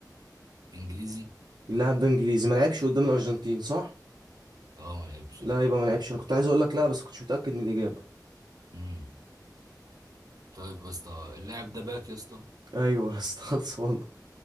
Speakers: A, on the right (about 60°); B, on the right (about 75°).
A: انجليزي
B: اللاعب ده إنجليزي ما لعبش قدام الأرجنتين صح؟
A: اه ما لعبش
B: لا
A: لا
B: يبقى ما لعبش أنا كنت عايز أقول لك لا بس كنتش متأكد من الإجابة
A: امم طيب يا اسطى اللاعب ده باك يا اسطى
B: أيوة استخلص والله